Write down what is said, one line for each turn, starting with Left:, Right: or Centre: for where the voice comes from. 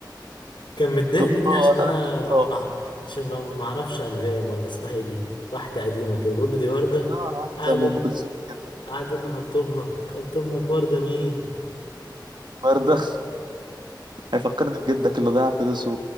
Left: كان
Right: <laughs>
Left: متضايق
Right: قبطان
Left: مني عشان أنا
Right: أنا القبطان
Left: مع... مع... عشان ما ما أعرفش أنغام ولا اسمها إيه دي واحدة قديمة كده بقول له دي وردة
Right: اه قاعد
Left: قعد
Right: زي أم
Left: يقول-
Right: أم كلثوم كده
Left: قعد يقول لي هلطم لك هلطم لك وردة مين؟
Right: وردة <laughs> هيفكرني بجدك اللي ضيع فلوسه